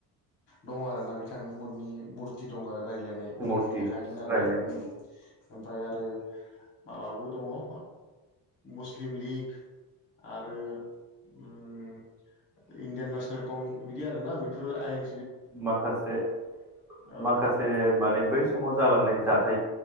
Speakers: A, on the left; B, in the centre.
A: दं आरो ना बिथांनि मनि मुरथि दं आरो रायजलायनाय बिदि
B: मुरथि
A: देखायदों आरो
B: रायलायनायनि
A: ना ओ ओमफ्राय आरो माबाबो दङ ओ मुस्लिम लिग आरो ओम इण्डियान नेसनेलकं बिदि आरो ना बेफोरो आय
B: माखासे
A: औ
B: माखासे माने बै समाव जालांनाय जाथाय